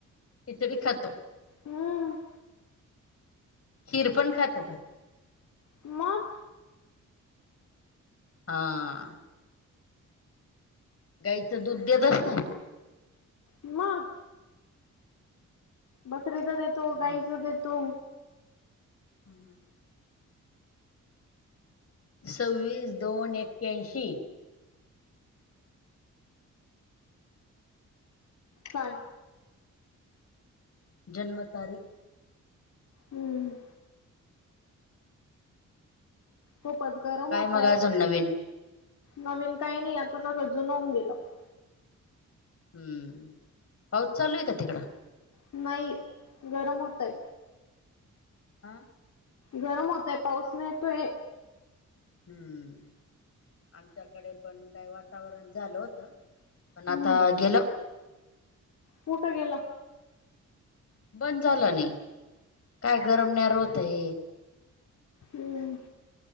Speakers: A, on the left; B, on the left.
A: खिचडी खातो.
B: हम्म.
A: खीर पण खातो का?
B: मग?
A: हा. गाईचं दूध देतस ना?
B: मग? बकरीच देतो.
A: हा.
B: गाईच देतो.
A: हम. सव्वीस दोन एक्याऐशी.
B: सांग.
A: जन्म तारीख.
B: हम्म. खूपच गरम
A: काय
B: होतय
A: मग आजुन नवीन.
B: नवीन काही नाही आता सगळ जुन ऊन गेलं '
A: हम्म पाऊस चालू आहे का तिकडं?
B: नाही गरम होतय.
A: हां.
B: गरम होतय पाऊस नाही तोय.
A: हम्म. आमच्याकडे पण काय वातावरण झालं होत पण आता
B: हम्म
A: गेलं.
B: कुठं गेला.
A: बंद झालं नाही काय गरमन्यार होतय.
B: हम्म.